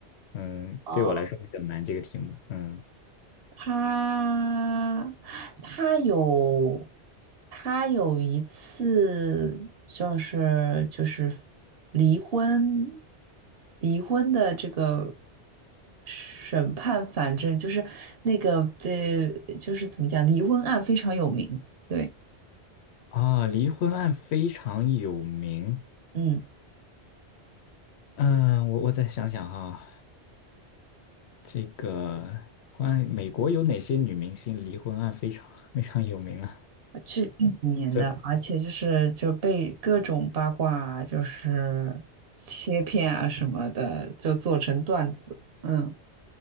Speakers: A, on the left; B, on the right.
A: 嗯，
B: 哦
A: 对我来说比较难这个题目。嗯，
B: 他他有他有一次就是就是离婚离婚的这个审判，反正就是那个呃，就是怎么讲，离婚案非常有名。对，
A: 啊，离婚案非常有名。
B: 嗯，
A: 嗯，我我再想想哈，这个关于美国有哪些女明星离婚案非常 <laughs> 非常有名啊？
B: 是近几年的，
A: 这
B: 而且就是就被各种八卦就是切片啊什么的，就做成段子。嗯